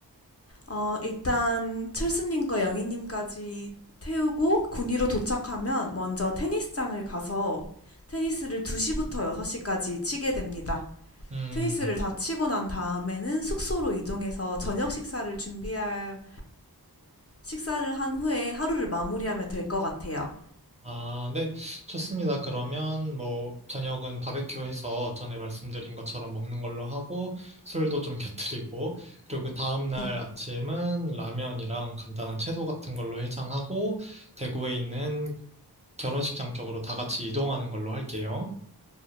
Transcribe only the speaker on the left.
어, 일단 철수님과 영희님까지 태우고 군위로 도착하면 먼저 테니스장을 가서 테니스를 2시부터 6시까지 치게 됩니다.
테니스를 다 치고 난 다음에는 숙소로 이동해서 저녁 식사를 준비하고 식사를 한 후에 하루를 마무리하면 될 것 같아요.
네.